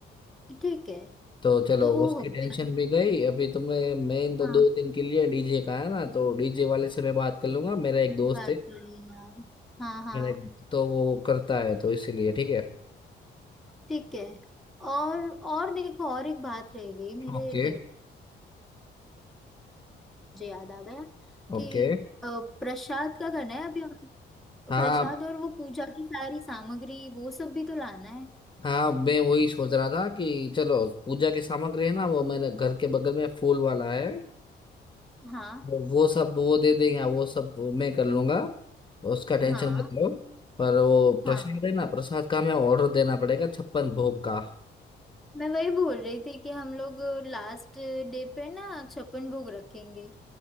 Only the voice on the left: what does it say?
तो चलो
उसकी
टेंशन भी गई अभी तुम्हें मैं इन दो
दो दिन के लिए डीजे का है ना तो डीजे वाले से मैं बात कर लूंगा मेरा एक दोस्त
है
मेरा एक तो वो करता है तो इसीलिए ठीक है
ओके
ओके
हाँ
हाँ मैं वही सोच रहा था कि चलो पूजा की सामग्री है ना वो मैंने घर के बगल में फूल वाला है
वो वो सब वो दे देंगे हाँ, वो सब मैं कर लूंगा उसका टेंशन
मत लो पर वो
प्रसाद है ना प्रसाद का हमें ऑर्डर देना पड़ेगा छप्पन भोग का